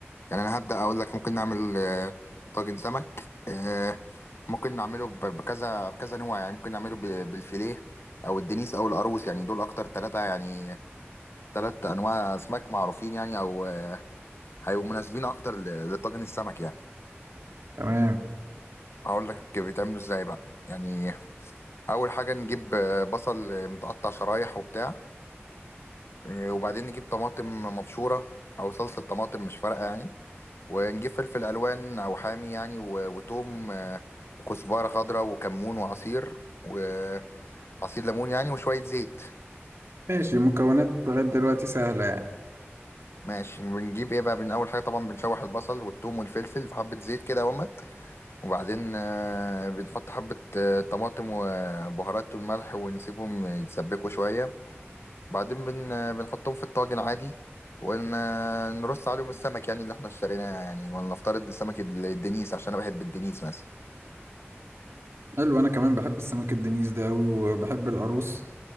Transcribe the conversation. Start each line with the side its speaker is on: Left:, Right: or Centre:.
Left: يعني انا هبدأ اقول لك ممكن نعمل آه، طاجن سمك آه، ممكن نعمله ب- بكذا بكذا نوع يعني ممكن نعمله ب- بالفيليه او الدنيس او القاروص يعني دول اكتر ثلاثة يعني ثلاث انواع اسماك معروفين يعني او آه، هيبقوا مناسبين اكتر ل- لطاجن السمك يعني
Right: تمام
Left: اقول لك بيتعملوا ازاي بقى يعني اول حاجة نجيب آه، بصل آه، متقطع شرايح وبتاع آه، وبعدين نجيب طماطم مبشورة او صلصة طماطم مش فارقة يعني ونجيب فلفل الوان او حامي يعني و- وتوم آه، وكزبره خضراء وكمون وعصير وعصير ليمون يعني وشويه زيت
Right: ماشي مكونات لغاية دلوقتي سهلة يعني
Left: ماشي بنجيب ايه بقى من اول حاجه طبعا بنشوح البصل والثوم والفلفل في حبه زيت كده ومت وبعدين آه، بنحط حبه آه، طماطم وبهارات والملح ونسيبهم يتسبكوا شويه بعدين بن آه، بنحطهم في الطاجن عادي ونرص عليهم السمك يعني اللي احنا اشتريناه يعني ولا نفترض السمك الدنيس عشان انا بحب الدنيس مثلا
Right: حلو انا كمان بحب السمك الدنيس ده اوي وبحب القاروص